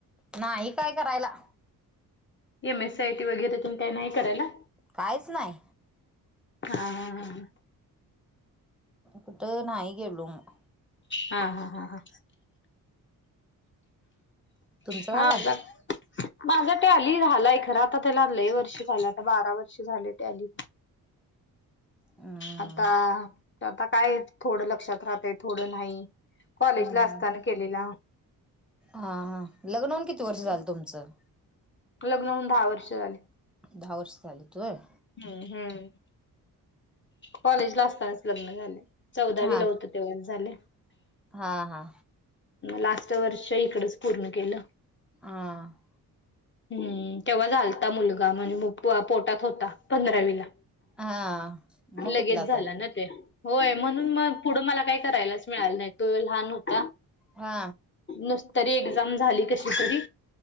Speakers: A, in the centre; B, on the left.
A: नाही काय करायला.
B: M. S. C. I. T वगैरे तुम काही नाही करायला?
A: काहीच नाही.
B: हा हा हा.
A: कुठ नाही गेलो मग
B: हा हा हा हा.
A: तुमचं
B: हा
A: झालाय?
B: आ माझा टॅली झालाय खरं आता त्याला लई वर्ष झालं आता बारा वर्ष झाले टॅली
A: हम्म
B: आता आता काय थोडं लक्षात राहतय थोडं नाही. कॉलेजला
A: हम्म
B: असताना केलेला
A: हा हा लग्नहून किती
B: हम्म
A: वर्ष झालं तुमचं?
B: लग्न होऊन दहा वर्ष झाले.
A: दहा वर्ष झालीत व्हय.
B: हम्म हम्म. कॉलेज ला असतानाच लग्न झाले चौवदाविला
A: हा
B: होतो तेव्हाच झालय.
A: हा हा.
B: लास्ट वर्ष इकडच पूर्ण केलं.
A: हा.
B: हम्म तेव्हा झालता मुलगा म्हणजे पोटात होता पंधरावीला.
A: हा मग
B: लगेच
A: कुठलं आता
B: झालं ना ते होय म्हणून मग पुढं मला काय करायलाच मिळाल नाही तो लहान होता
A: हा
B: नुसतरी एक्झाम झाली कशी तरी